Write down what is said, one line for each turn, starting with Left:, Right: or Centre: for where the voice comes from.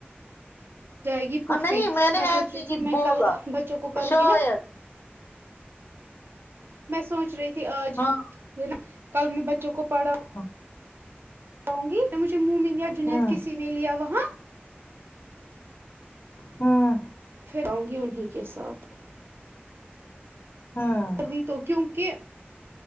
Right: جائے گی پھوفی
Left: اور نہیں نے
Right: میں
Left: ایسے
Right: سوچ رہی
Left: ہی
Right: تھی میں
Left: بولا
Right: کل بچوں کو کروں
Left: شاید
Right: گی نا میں سوچ رہی تھی آج
Left: ہاں
Right: یہ نا کل میں بچوں کو پڑھا
Left: ہاں
Right: جاؤں گی مجھے مومن یا جنید
Left: ہوں
Right: کسی نے لیا وہاں
Left: ہوں
Right: پھر اؤں گی انہیں کے ساتھ
Left: ہوں
Right: کردی تو کیوکہ